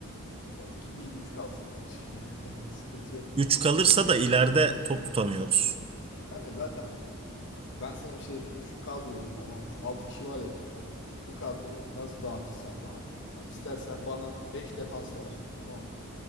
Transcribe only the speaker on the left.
E, iki değil üç kalsın bence. <laughs> Sıkıntı yok.
Kanka zaten bak e, ben sana bir şey söylüyorum. Şu kadroyu tamam mı? Şu 6 kişi var ya burada. Bu kadroyu nasıl dağıtırsan dağıt. Ha, İstersen bana 5 defans ver. Tamam mı?